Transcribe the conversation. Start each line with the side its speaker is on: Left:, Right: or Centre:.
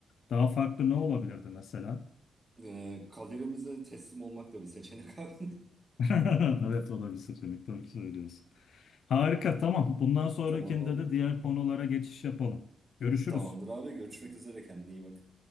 Left: Daha farklı ne olabilirdi mesela?
Right: Ee, kaderimize teslim olmak da bir seçenek abi.
Left: <laughs> Evet o da bir seçenek. Doğru söylüyorsun. Harika tamam. Bundan sonrakinde
Right: <laughs> Tamam abi.
Left: de diğer konulara geçiş yapalım. Görüşürüz.
Right: Tamamdır abi. Görüşmek üzere. Kendine iyi bak.